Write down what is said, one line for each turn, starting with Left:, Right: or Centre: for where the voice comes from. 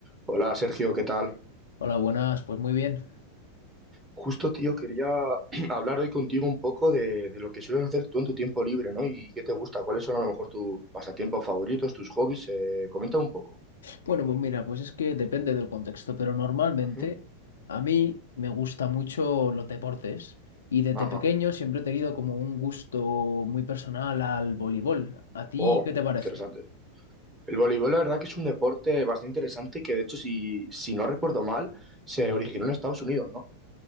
Right: Hola Sergio, ¿qué tal?
Left: Hola, buenas, pues muy bien.
Right: Justo, tío, quería <clears throat> hablar hoy contigo un poco de, de lo que sueles hacer tú en tu tiempo libre, ¿no? ¿Y qué te gusta? ¿Cuáles son a lo mejor tus pasatiempos favoritos, tus hobbies? Eh, comenta un poco.
Left: Bueno, pues mira, pues es que depende del contexto, pero normalmente
Right: Ujú.
Left: a mí me gustan mucho los deportes y desde
Right: Ajá.
Left: pequeño siempre he tenido como un gusto muy personal al voleibol. ¿A ti
Right: Oh,
Left: qué te parece?
Right: interesante. El voleibol, la verdad que es un deporte bastante interesante que, de hecho, si, si no recuerdo mal, se originó en Estados Unidos, ¿no?